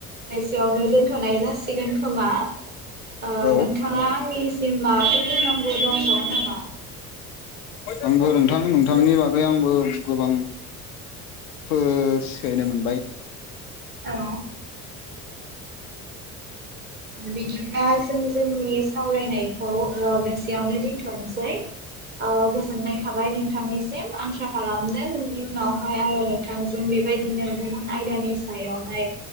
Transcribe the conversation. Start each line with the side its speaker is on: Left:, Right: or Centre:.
Right: एसेयावनो दोनथ'नाय जासिगोन खोमा। ओ
Left: औ
Right: नोंथाङा आंनिसिम माबा फो‌र बुंनांगौ दंबावो नामा?
Left: आंबो नोंथां नोंथांनि बागै आंबो गोबां फो सिखायनो मोनबाय।
Right: औ बिदिब्ला जों जोंनि सावरायनायखौ ओ बेसेयावनो दिनथ'नोसै ओ गोजोननाय थाबाय नोंथांनिसिम। आंसा खालामदों इयुनावहाय आरो नोंथांजों बेबायदिनो गुबुन आयदानि सायावहाय